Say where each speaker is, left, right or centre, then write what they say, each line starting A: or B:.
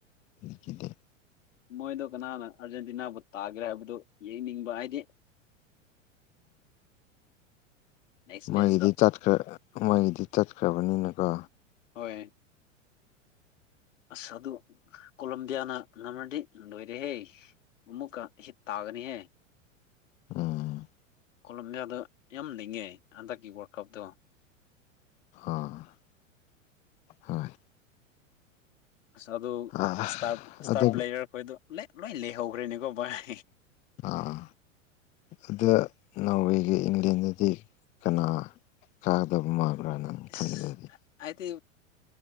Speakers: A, on the left (about 20°); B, on the left (about 70°).
A: ꯅꯤꯀꯤꯗꯤ
B: ꯃꯣꯏꯗꯣ ꯀꯅꯥꯅ ꯑꯥꯔꯖꯦꯟꯇꯤꯅꯥꯕꯨ ꯇꯥꯒꯦꯔꯥ ꯍꯥꯏꯕꯗꯨ ꯌꯦꯡꯅꯤꯡꯕ ꯍꯥꯏꯗꯤ ꯅꯦꯛꯁ
A: ꯃꯥꯒꯤꯗꯤ
B: ꯃꯦꯠꯆꯇ
A: ꯆꯠꯈ꯭ꯔ ꯃꯥꯒꯤꯗꯤ ꯆꯠꯈ꯭ꯔꯕꯅꯤꯅꯀꯣ
B: ꯍꯣꯏ ꯑꯁ ꯑꯗꯨ ꯀꯣꯂꯝꯕꯤꯌꯥꯅ ꯉꯝꯔꯗꯤ ꯂꯣꯏꯔꯦꯍꯦ ꯑꯃꯨꯛꯀ ꯍꯤꯠ ꯇꯥꯒꯅꯤꯍꯦ
A: ꯎꯝ
B: ꯀꯣꯂꯝꯕ꯭ꯌꯥꯗꯣ ꯌꯥꯝ ꯂꯤꯡꯉꯦ ꯍꯟꯗꯛꯀꯤ ꯋꯥꯔꯜꯗ ꯀꯞꯇꯣ
A: ꯑ ꯍꯣꯏ
B: ꯑꯁ ꯑꯗꯨ
A: ꯑꯥ
B: ꯁ꯭ꯇꯥꯔꯞ ꯁ꯭ꯇꯥꯔ
A: ꯑꯗꯨ
B: ꯄ꯭ꯂꯦꯌꯔ ꯈꯣꯏꯗꯣ ꯂꯦꯛ ꯂꯣꯏ ꯂꯩꯍꯧꯈ꯭ꯔꯦꯅꯦꯀꯣ ꯚꯥꯏ
A: ꯑꯥ ꯑꯗꯨ ꯅꯥꯎꯋꯦꯒ ꯏꯪꯂꯦꯟꯒꯗꯤ ꯀꯅꯥ ꯀꯥꯒꯗꯕ ꯃꯥꯜ ꯄꯨꯔꯥꯅ
B: ꯑꯁ
A: ꯈꯟꯕꯗꯗꯤ
B: ꯑꯩꯗꯤ